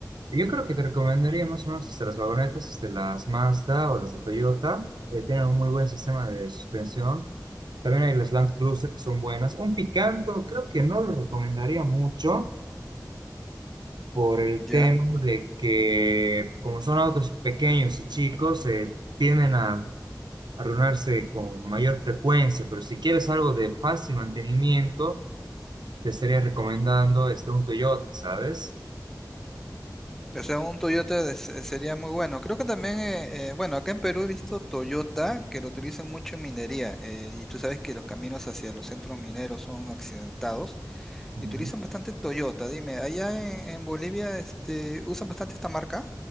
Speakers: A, on the right; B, in the centre.
A: Yo creo que te recomendaría más o menos este, las vagonetas, este, las Mazda o las de Toyota, eh, tienen un muy buen sistema de suspensión. También hay las Land Cruiser que son buenas. Un Picanto creo que no lo recomendaría mucho por el
B: Ya,
A: tema de que como son autos pequeños y chicos, se tienden a arruinarse con mayor frecuencia, pero si quieres algo de fácil mantenimiento, te estaría recomendando este, un Toyota, ¿sabes?
B: o sea, un Toyota de- se- sería muy bueno. Creo que también, eh, eh, bueno, acá en Perú he visto Toyota que lo utilizan mucho en minería eh, y tú sabes que los caminos hacia los centros mineros son accidentados
A: Ujú.
B: y utilizan bastante Toyota. Dime, ¿allá en, en Bolivia este, usan bastante esta marca?